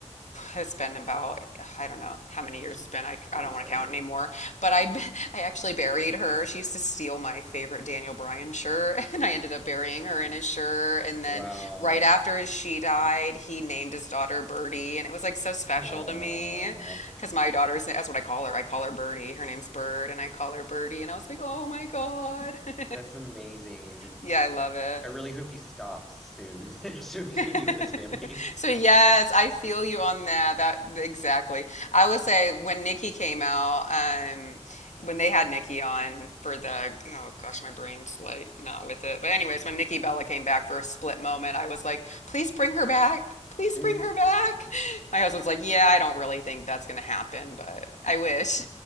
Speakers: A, on the left; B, in the centre.
A: it's been about I don't know how many years it's been. I,
B: I'm
A: I don't
B: sorry.
A: want to count anymore. But I <laughs> I actually buried her. She used to steal my favorite Daniel Bryan shirt, <laughs> and I ended up burying her in his shirt. And
B: Wow.
A: then right after she died, he named his daughter Birdie, and it was like so special
B: Oh,
A: to me because my daughter's that's what I call her. I call her Birdie. Her name's Bird, and I call her Birdie. And I was like, oh my God. <laughs>
B: that's amazing.
A: Yeah, I love it.
B: I really hope he stops soon <laughs> so he can
A: <laughs>
B: be with his family. <laughs>
A: So yes, I feel you on that. That exactly. I will say when Nikki came out, um, when they had Nikki on for the oh gosh, my brain's like not with it. But anyways, when Nikki Bella came back for a split moment, I was like, please bring her back. Please
B: Mm.
A: bring her back. My husband's like, yeah, I don't really think that's gonna happen, but I wish.